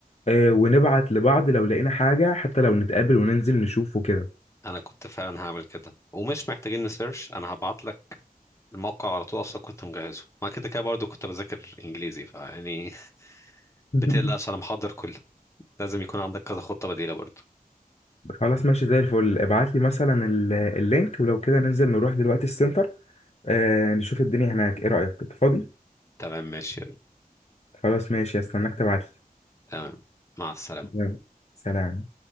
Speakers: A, on the left; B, on the left.
A: آه، ونبعت لبعض لو لقينا حاجه حتى لو نتقابل وننزل نشوفه كده
B: انا كنت فعلا هعمل كده ومش محتاجين نسيرش انا هبعت لك الموقع على طول اصلا كنت مجهزه ما كده كده برضو كنت بذاكر انجليزي فيعني <laughs>
A: <laughs>
B: بتقلقش انا محضر كله لازم يكون عندك كذا خطة بديلة برضو
A: خلاص ماشي زي الفل ابعت لي مثلا ال- اللينك ولو كده ننزل نروح دلوقتي السنتر آه، نشوف الدنيا هناك ايه رايك انت فاضي
B: تمام ماشي
A: خلاص ماشي استناك تبعت
B: تمام مع السلامة
A: لي سلام